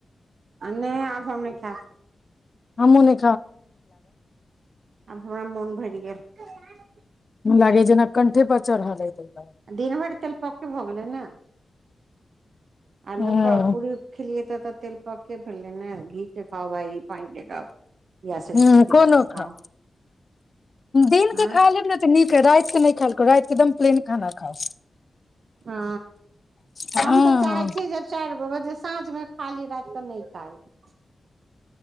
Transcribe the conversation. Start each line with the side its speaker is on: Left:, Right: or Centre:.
Right: नय आब हम नै खाय
Left: हमु ने
Right: आब हम मन भरि गेल गेल <unintelligible>
Left: लागे जेना कंठे प चढल रहल लतै
Right: दिन भर तेल पक होगले ने
Left: दुआरे
Right: आलू प पूरी खेलिय तऽ तऽ तेल पक्के फेलल ने घी के खाउ बाहरी पान के खाउ या सरिसो
Left: ह
Right: तेल
Left: कोनो
Right: के खाउ
Left: खा दिन के
Right: आँ
Left: खा लेब ने तऽ नीक ह रात के नहि खा राइत के एकदम प्लेन खाना खाउ
Right: हँ
Left: हँ
Right: हम तऽ चाहै छीयै जब चरी ओ बजे साँझमे खली रातिकऽ नहि खायइ